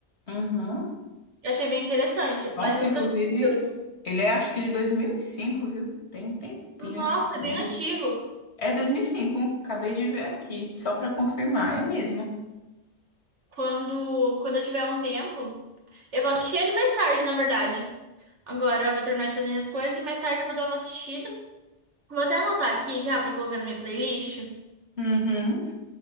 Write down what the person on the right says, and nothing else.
Eu achei bem interessante,
mas eu
nunca assisti o filme.
Nossa,
é
bem antigo.
Quando, quando eu tiver um tempo, eu vou assistir ele mais tarde, na verdade. Agora eu vou terminar de fazer minhas coisas e mais tarde eu vou dar uma assistida. Vou até anotar aqui já pra colocar na minha playlist.